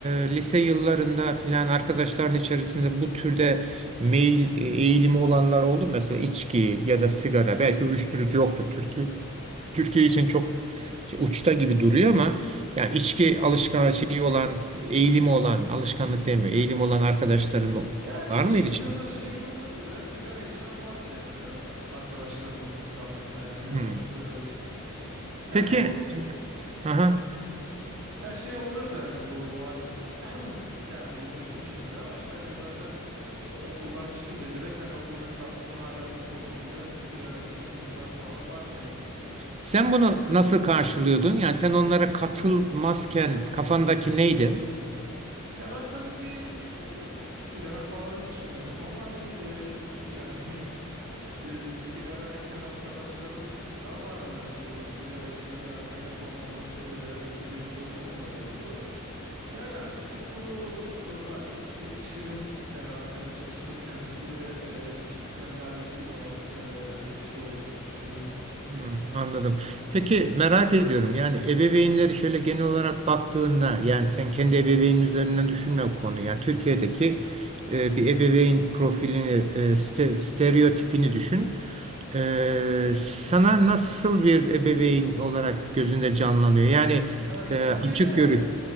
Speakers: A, on the right; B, on the right.
A: e, lise yıllarında filan arkadaşların içerisinde bu türde meyil e, eğilimi olanlar oldu mu? Mesela içki ya da sigara belki uyuşturucu yoktur Türkiye. Türkiye için çok uçta gibi duruyor ama yani içki alışkan şeyi olan eğilimi olan alışkanlık demiyor eğilim olan arkadaşların
B: Yani
A: var
B: içki
A: mıydı şimdi?
B: ya da şey görmedim de sigara içen vardı yani e, arkadaşlarımın etrafında yani evet.
A: Hmm.
B: E,
A: Peki.
B: yani o
A: Aha.
B: Ya şey oluyor da hani bu artık <clears throat> ya bu üzücü bir şekilde ama işte hani zaten o- okuldan çıkınca direkt hani okulun etrafında hala üniformasıyla sigara içen çocuklar falan vardı yani.
A: Sen bunu nasıl karşılıyordun? Yani sen onlara katılmazken kafandaki neydi?
B: Ya ben tabii ki o sigara falan içmiyorum ama hani e, yani <laughs> e, sigara içen arkadaşlarım da vardı. Hani bu sigara içiyor diye arkadaş olmamak e, gibi bir durumum da yoktu. Yani açıkçası bu e, daha çok işte kişinin ya da arkadaşın işte kendisi ve e, kendi ailesiyle olan e, bir şey olduğunu düşünüyorum.
A: Hmm, anladım. Peki merak ediyorum. Yani ebeveynleri şöyle genel olarak baktığında yani sen kendi ebeveynin üzerinden düşünme bu konuyu. Yani Türkiye'deki e, bir ebeveyn profilini, e, ste- stereotipini düşün. E, sana nasıl bir ebeveyn olarak gözünde canlanıyor? Yani
B: Evet
A: e,
B: Türkiye'de
A: açık
B: yani
A: görüşlü.